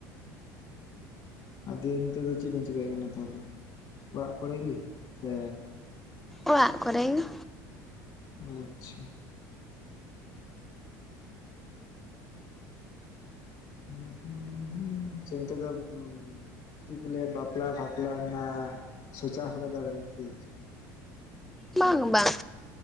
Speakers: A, on the left; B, in the centre.
A: ᱟᱨ ᱫᱤᱭᱮ ᱱᱤᱛᱚᱜ ᱫᱚ ᱪᱮᱫ ᱵᱮᱱ ᱪᱮᱤᱠᱟᱭᱮᱫ ᱠᱟᱱᱟ ᱛᱟᱦᱚᱞᱮ ᱚᱲᱟᱜ ᱠᱚᱨᱮ ᱜᱮ ᱥᱮ
B: ᱚᱲᱟᱜ ᱠᱚᱨᱮ ᱜᱮ
A: ᱟᱪᱪᱷᱟ <unintelligible> ᱥᱮ ᱪᱮᱫ ᱮᱢᱼᱼ ᱪᱮᱜ ᱠᱩ ᱞᱟᱹᱭᱟ ᱵᱟᱯᱞᱟ ᱯᱷᱟᱯᱞᱟ ᱨᱮᱱᱟᱜ ᱥᱚᱪᱟᱣ ᱟᱠᱟᱫᱟ ᱵᱮᱱ ᱥᱮ
B: ᱵᱟᱝ ᱵᱟᱝ